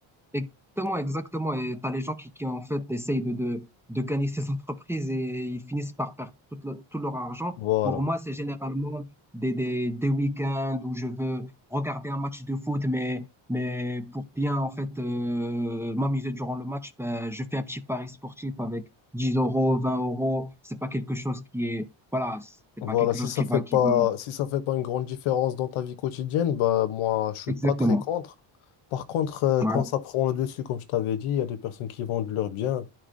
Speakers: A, in the centre; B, on the left.
A: Exactement, exactement. Et t'as les gens qui, qui en fait essayent de, de, de gagner ces <laughs> entreprises et ils finissent par perdre tout, le- tout leur argent.
B: Voilà.
A: Pour moi, c'est généralement des, des, des week-ends où je veux regarder un match de foot, mais, mais pour bien en fait euh, m'amuser durant le match, ben, je fais un petit pari sportif avec 10 euros, 20 euros. C'est pas quelque chose qui est, voilà, c'est
B: Voilà,
A: pas quelque
B: si
A: chose
B: ça
A: qui
B: fait
A: va,
B: pas,
A: qui va.
B: si ça fait pas une grande différence dans ta vie quotidienne, bah moi je suis
A: Exactement.
B: pas très contre. Par contre, euh,
A: Ouais.
B: quand ça prend le dessus, comme je t'avais dit, il y a des personnes qui vendent leurs biens